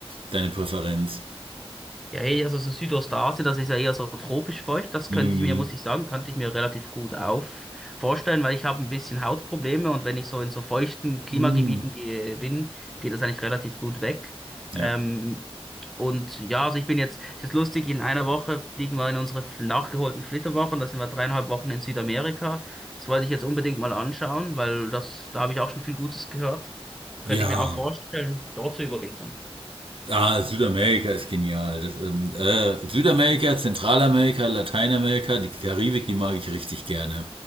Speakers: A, on the right (about 60°); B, in the centre.
A: deine Präferenz?
B: Ja, hey, also so Südostasien, das ist ja eher so tropisch feucht. Das
A: Mhm.
B: könnte ich mir, muss ich sagen, könnte ich mir relativ gut auf vorstellen, weil ich habe ein bisschen Hautprobleme und wenn ich so in so feuchten Klimagebieten
A: Mhm.
B: gehe, bin, geht das eigentlich relativ gut weg.
A: Ja.
B: Ähm, und ja, also ich bin jetzt, es ist lustig, in einer Woche fliegen wir in unsere f- nachgeholten Flitterwochen. Da sind wir dreieinhalb Wochen in Südamerika. Das wollte ich jetzt unbedingt mal anschauen, weil das, da habe ich auch schon viel Gutes gehört.
A: Ja.
B: Könnte ich mir auch vorstellen, dort zu überwintern.
A: Ah, Südamerika ist genial. Das, ähm, äh, Südamerika, Zentralamerika, Lateinamerika, die Karibik, die mag ich richtig gerne.